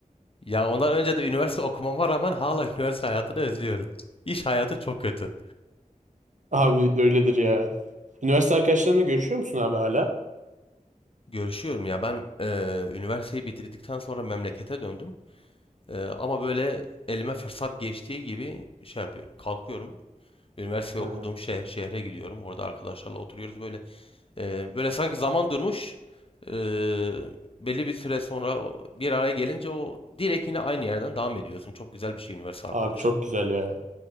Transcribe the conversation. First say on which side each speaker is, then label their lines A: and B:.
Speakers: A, on the left (about 40°); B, on the right (about 60°).
A: Ya ondan önce de üniversite okumama rağmen hala <laughs> üniversite hayatını özlüyorum. İş hayatı çok kötü.
B: Abi öyledir ya. Üniversite arkadaşlarınla görüşüyor musun abi hala?
A: Görüşüyorum ya ben eee, üniversiteyi bitirdikten sonra memlekete döndüm. Eee, ama böyle elime fırsat geçtiği gibi şey yapıyorum. Kalkıyorum. Üniversiteyi
B: Ha,
A: okuduğum şeh- şehre gidiyorum. Orada arkadaşlarla oturuyoruz böyle. Eee, böyle sanki zaman durmuş. Eee, belli bir süre sonra o- bir araya gelince o direkt yine aynı yerden devam ediyorsun. Çok güzel bir şey üniversite arkadaşlıkları.
B: abi çok güzel ya.